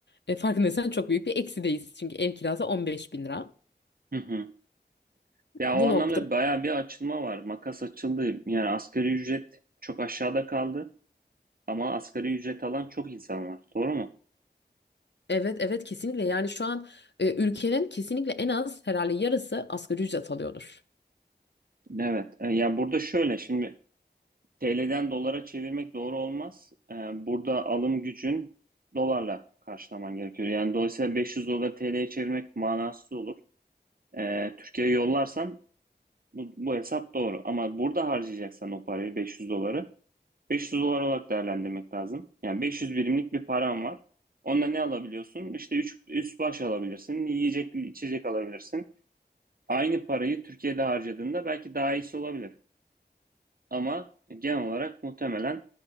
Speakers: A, on the left; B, on the right.
A: E, farkındaysan çok büyük bir eksideyiz. Çünkü ev kirası 15 bin lira.
B: Hı hı. Ya
A: Bu
B: o anlamda
A: nokta
B: bayağı bir açılma var. Makas açıldı. Yani asgari ücret çok aşağıda kaldı. Ama asgari ücret alan çok insan var. Doğru mu?
A: Evet evet kesinlikle yani şu an e, ülkenin kesinlikle en az herhalde yarısı asgari ücret alıyordur.
B: Evet. E, Ya burada şöyle şimdi TL'den dolara çevirmek doğru olmaz. Ee, burada alım gücün dolarla karşılaman gerekiyor. Yani dolayısıyla 500 dolar TL'ye çevirmek manasız olur. Ee, Türkiye'ye yollarsan bu, bu hesap doğru. Ama burada harcayacaksan o parayı 500 doları 500 dolar olarak değerlendirmek lazım. Yani 500 birimlik bir param var. Onunla ne alabiliyorsun? İşte üç, üst baş alabilirsin, yiyecek, içecek alabilirsin. Aynı parayı Türkiye'de harcadığında belki daha iyisi olabilir. Ama genel olarak muhtemelen